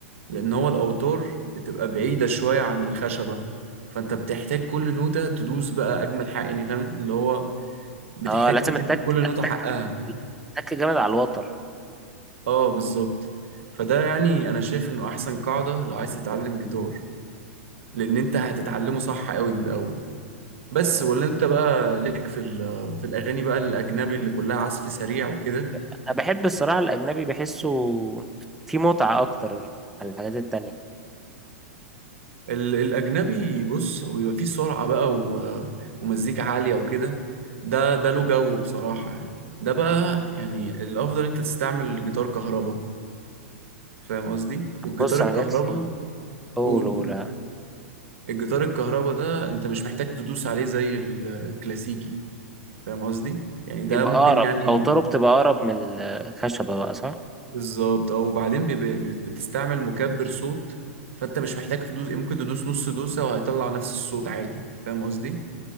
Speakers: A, on the right; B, in the centre.
A: لان هو الاوتار بتبقى بعيدة شوية عن الخشبة فانت بتحتاج كل نوتة تدوس بقى اجمل حق يعني فاهم اللي هو بتحتاج
B: اه لازم
A: تدي
B: التك
A: كل
B: التك
A: نوتة حقها
B: التك جامد على الوتر
A: اه بالظبط فده يعني انا شايف انه احسن قاعدة لو عايز تتعلم جيتار لان انت هتتعلمه صح قوي من الاول بس
B: آه.
A: ولا انت بقى ليك في ال- في الاغاني بقى الاجنبي اللي كلها عزف سريع وكده
B: أنا بحب الصراحة الأجنبي بحسه فيه متعة أكتر عن الحاجات التانية
A: ال- الاجنبي بص هو بيبقى فيه سرعه بقى و- ومزيكا عاليه وكده ده ده له جو بصراحه يعني ده بقى يعني الافضل انت تستعمل جيتار كهرباء فاهم قصدي والجيتار
B: بص
A: الكهرباء
B: أنا جات لي أولو
A: قول قول
B: لا
A: الجيتار الكهرباء ده انت مش محتاج تدوس عليه زي ال- الكلاسيكي فاهم قصدي يعني ده
B: بيبقى
A: ممكن
B: أقرب
A: يعني
B: أو طرب تبقى أقرب من الخشبة بقى صح؟
A: بالظبط اه وبعدين بيبقى- بت- بتستعمل مكبر صوت فانت مش محتاج تدوس يعني ممكن تدوس نص دوسة وهيطلع نفس الصوت عادي فاهم قصدي